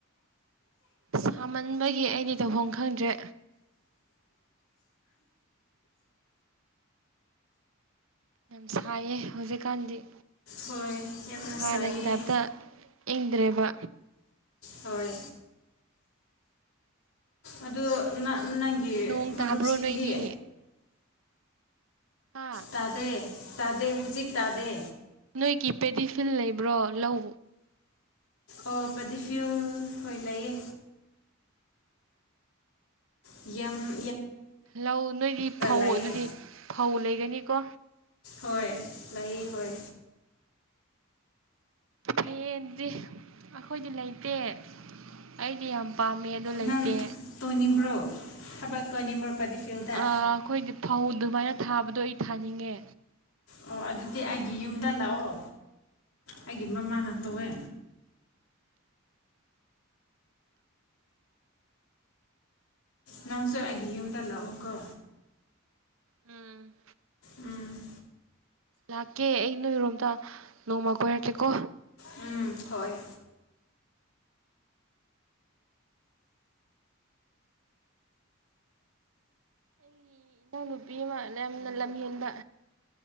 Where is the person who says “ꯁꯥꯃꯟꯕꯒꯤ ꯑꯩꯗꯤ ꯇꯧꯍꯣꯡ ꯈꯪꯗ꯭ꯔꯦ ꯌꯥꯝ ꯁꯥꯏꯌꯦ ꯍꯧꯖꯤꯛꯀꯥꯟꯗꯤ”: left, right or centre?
Right